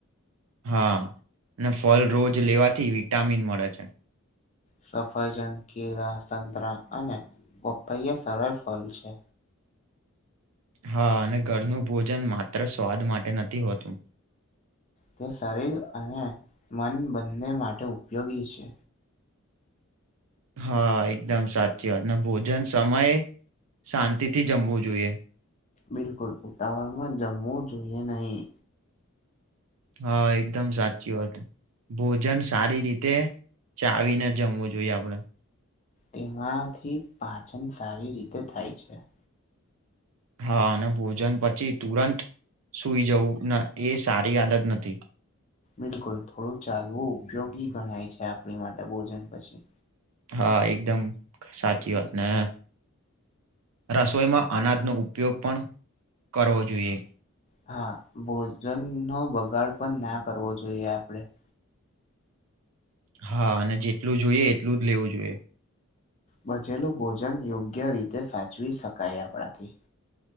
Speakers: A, on the right; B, on the left.
A: હા, ને ફળ રોજ લેવાથી વિટામિન મળે છે.
B: સફરજન, કેળા, સંતરા અને પપૈયા સરળ ફલ છે.
A: હા, અને ઘરનું ભોજન માત્ર સ્વાદ માટે નથી હોતું.
B: તે શરીર અને મન બંને માટે ઉપયોગી છે.
A: હા, એકદમ સાચી વાત. ને ભોજન સમયે શાંતિ થી જમવું જોઈએ.
B: બિલકુલ ઉતાવળમાં જમવું જોઈએ નહી.
A: હા, એકદમ સાચી વાત ભોજન સારી રીતે ચાવીને જમવું જોઈએ આપડે.
B: તેમાંથી પાચન સારી રીતે થાય છે.
A: હા, અને ભોજન પછી તુરંત સુઈ જવું ના એ સારી આદત નથી.
B: બિલકુલ થોડું ચાલવું ઉપયોગી ગણાય છે આપણી માટે ભોજન પછી.
A: હા, એકદમ સાચી વાત ને રસોઈમાં અનાજનો ઉપયોગ પણ કરવો જોઈએ.
B: હા, ભોજનનો બગાડ પણ ના કરવો જોઈએ આપડે.
A: હા, અને જેટલું જોઈએ એટલું જ લેવું જોઈએ.
B: બજેલું ભોજન યોગ્ય રીતે સાચવી શકાય આપડાથી.